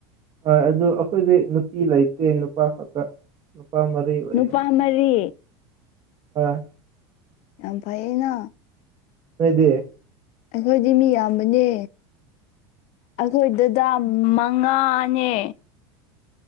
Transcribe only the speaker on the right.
ꯑꯥ ꯑꯗꯨ ꯑꯩꯈꯣꯏꯗꯤ ꯅꯨꯄꯤ ꯂꯩꯇꯦ ꯅꯨꯄꯥ ꯈꯛꯇ ꯅꯨꯄꯥ ꯃ ꯔꯤ ꯑꯣꯏꯌꯦ
ꯍꯣꯏ
ꯅꯣꯏꯗꯤ